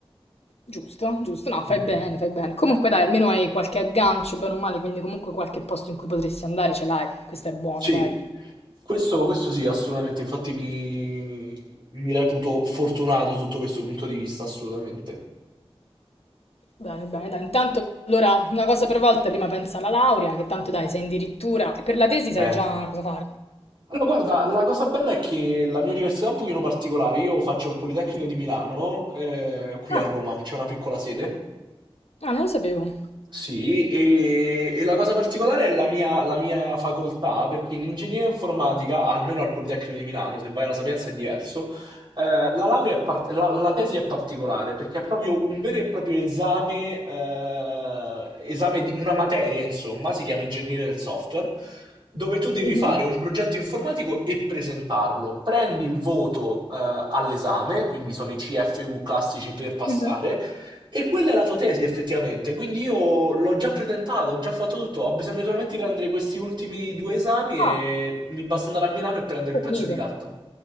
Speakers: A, on the left; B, on the right.
A: Giusto, giusto, no, fai
B: Mm, mm.
A: bene, fai bene. Comunque dai, almeno hai qualche aggancio, bene o male, quindi comunque qualche posto in cui potresti andare ce l'hai. Questo è buono,
B: Sì.
A: dai.
B: Questo, questo sì, assolutamente, infatti mi, mi reputo fortunato sotto questo punto di vista, assolutamente.
A: Bene, bene, dai. Intanto, allora, una cosa per volta, prima pensa alla laurea, che tanto dai, sei addirittura... Per la tesi sai
B: Eh,
A: già cosa fare.
B: Allora, guarda, la cosa bella è che la mia università è un pochino particolare, io faccio il Politecnico di Milano, eh, qui
A: Ah,
B: a Roma, c'è una piccola sede,
A: ah, non lo sapevo.
B: Sì, e, e la cosa particolare è la mia, la mia facoltà, perché in ingegneria informatica, almeno al Politecnico di Milano, se vai alla Sapienza è diverso, eh, la laurea è part- la, la tesi è particolare, perché è proprio un vero e proprio esame, eh, esame di una materia, insomma, si chiama ingegneria del software, dove tu devi
A: Mhm.
B: fare un progetto informatico e presentarlo. Prendi il voto, eh, all'esame, quindi sono i CFU classici per passare,
A: Mhm.
B: e quella è la tua tesi, effettivamente. Quindi io l'ho già presentato, ho già fatto tutto. Ho bisogno solamente di prendere questi ultimi due esami e
A: Ah,
B: mi basta andare a Milano e prendere
A: è
B: il pezzo
A: finito.
B: di carta.